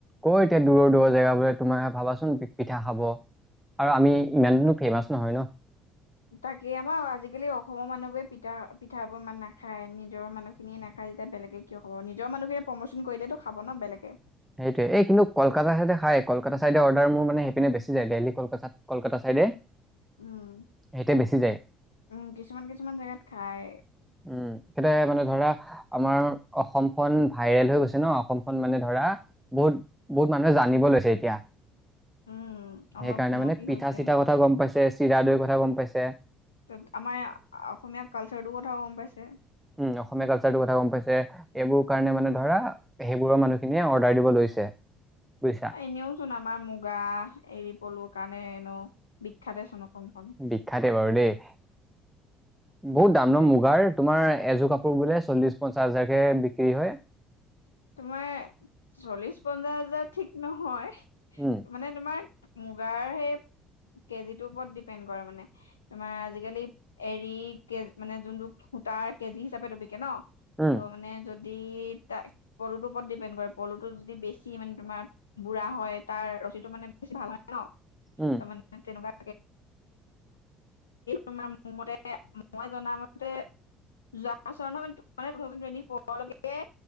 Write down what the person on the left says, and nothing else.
তাকে আমাৰ আজিকালি অসমৰ মানুহবোৰে পিঠা পিঠা বোৰ ইমান নাখায় নিজৰ মানুহখিনিয়ে? না খাই যেতিয়া বেলে কিয় খ'ব নিজৰ মানুহে প্ৰমোচন কৰিলে খাব ন বেলেগে।
উম।
উম কিছুমান কিছুমান জেগাত খাই
উম অলপ
উন্নতি
হৈছে।
ত আমাৰ অসমীয়া কালচাৰটোৰ কথাও গম পাইছে।
এনেও চোন আমাৰ মুগা এৰি পলুৰ কাৰণে এনেও বিখ্যাতে চোন। অসমখন
তাক
তোমাৰ চল্লিশ পঞ্চাশ হাজাৰ ঠিক নহয়
মানে তোমাৰ। মুগাৰ সেই। কেজিটোৰ ওপৰত ডিপেণ্ড কৰে মানে তোমাৰ আজিকালি এৰী কে মানে যোনটো? সূতা কেজি হিচাপে ত বিকে ন,
ত' মানে যদি ত। পলু ৰ ওপৰত ডিপেণ্ড কৰে পলুটো যদি বেছি মানে তোমাৰ বুঢ়া হয় তাৰ ৰিটো মানে বেছি ভাল হয়।
ত মানে তেনেকুৱা। তোমাৰ মোৰ মতে মই জনামতে। যে ট থে টট ফৰকে।